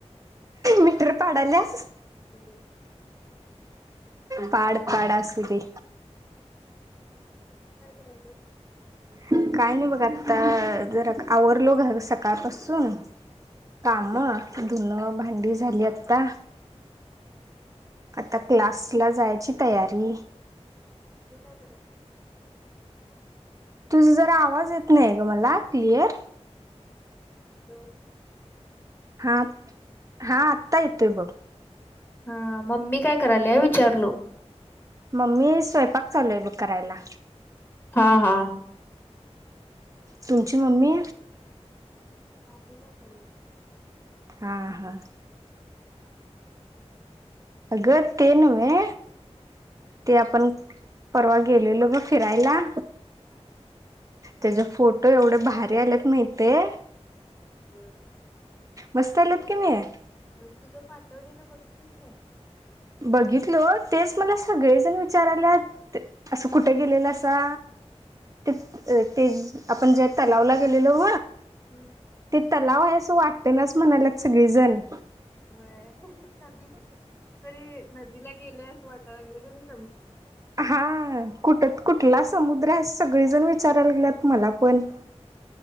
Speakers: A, on the right (about 30°); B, on the left (about 20°).
A: मीटर पाडल्यास
B: हो
A: पाड पाडा असुदे
B: तू काय करायलीस
A: काय नाही बघ आता जरा आवरलो घर सकाळपासून काम धुन भांडी झाली आता आता
B: मम्मी
A: क्लास ला जायची तयारी
B: काय करायल
A: तुझ जरा आवाज येत नाही ग मला क्लिअर
B: आो
A: हा हा आतायत येतोय बघ
B: हा मम्मी काय करायल या विचारलो
A: मम्मी स्वयंपाक चालू आहे बघ करायला
B: हा हा
A: तुमची मम्मी
B: भांडी घासाल्या
A: हा हा अ ग ते नव्हे ते आपण परवा गेलेलो बघ फिरायला
B: हा
A: त्याच्या फोटो एवढे भारी आल्यात माहितीय
B: बर
A: मस्त आलेत की नाही आहे
B: होय तुझं पाठवलेलं बघितलीस काय
A: बघितल तेच मला सगळेजण विचार आल्यात असं कुठे गेलेलं असा ते ते आपण जे तलावला गेलेलो
B: हम्म
A: ते तलाव आहे अस वाटत नाच म्हणाला सगळेजण
B: होयध तरी नदीला गेलंय असं वाटायला लागलं ग
A: हा कुठत कुठला समुद्र अस सगळीजण विचारायला गेल्यात मला पण